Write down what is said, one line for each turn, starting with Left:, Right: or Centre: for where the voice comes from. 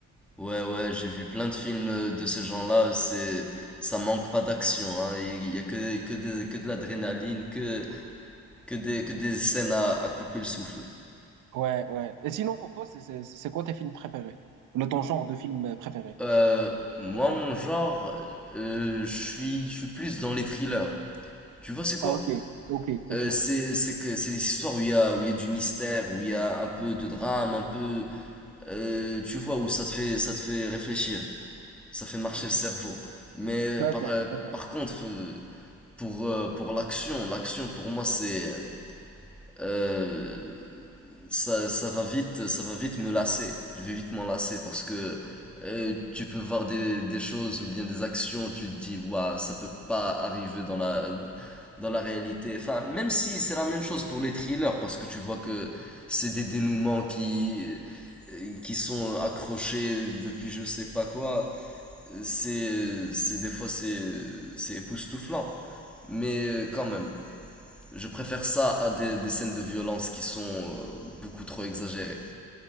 Centre: Ouais, ouais, j'ai vu plein de films euh, de ce genre-là, c'est, ça manque pas d'action, hein. Il y a que, que, des- que de l'adrénaline, que, que des, que des scènes à, à couper le souffle.
Right: Ouais, ouais. Et sinon, pour toi, c'est c'est- c'est quoi tes films préférés? Le ton genre de film euh, préféré?
Centre: Euh, moi, mon genre, euh, je suis, je suis plus dans les thrillers. Tu vois, c'est quoi?
Right: Ah, ok, ok, ok.
Centre: Euh, c'est, c'est que, c'est les histoires où il y a, où il y a du mystère, où il y a un peu de drame, un peu, euh, tu vois, où ça te fait, ça te fait réfléchir. Ça fait marcher le cerveau. Mais
Right: D'accord,
Centre: par, euh,
Right: d'accord.
Centre: par contre, euh, pour, euh, pour l'action, l'action pour moi c'est... euh, ça, ça va vite, ça va vite me lasser. Je vais vite m'en lasser parce que euh, tu peux voir des, des choses ou bien des actions, tu te dis, waouh, ça peut pas arriver dans la, dans la réalité. Enfin, même si c'est la même chose pour les thrillers parce que tu vois que c'est des dénouements qui, euh, qui sont accrochés depuis je sais pas quoi c'est, c'est des fois c'est, c'est époustouflant, mais euh, quand même, je préfère ça à des, des scènes de violence qui sont euh, beaucoup trop exagérées.